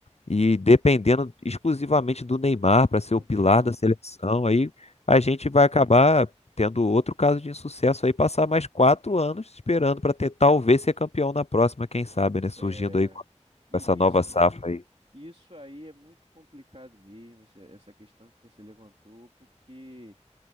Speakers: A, on the left; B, on the right.
A: E dependendo exclusivamente do Neymar para ser
B: Não
A: o pilar
B: tem como.
A: da seleção, aí a
B: É,
A: gente vai acabar tendo outro caso de insucesso aí, passar mais quatro anos esperando para ter talvez ser campeão na próxima, quem sabe, né? Surgindo
B: é,
A: aí com
B: e
A: com essa
B: isso,
A: nova safra aí.
B: isso aí é muito complicado mesmo, esse- essa questão que você levantou, porque